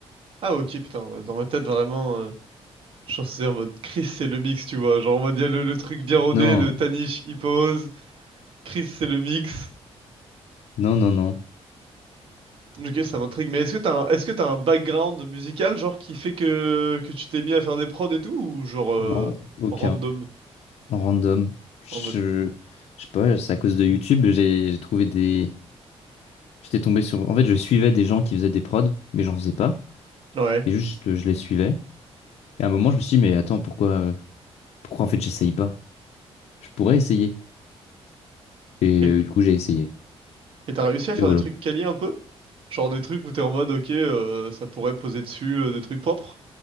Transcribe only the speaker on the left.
Non,
non, non, non.
Non, aucun.
en random. Je,
je sais pas, c'est à cause de YouTube, j'ai j'ai trouvé des. J'étais tombé sur. En fait, je suivais des gens qui faisaient des prods, mais j'en faisais pas.
Et juste, euh, je les suivais. Et à un moment, je me suis dit, mais attends, pourquoi, euh, pourquoi en fait, j'essaye pas? Je pourrais essayer. Et
euh, du coup, j'ai essayé.
Et voilà.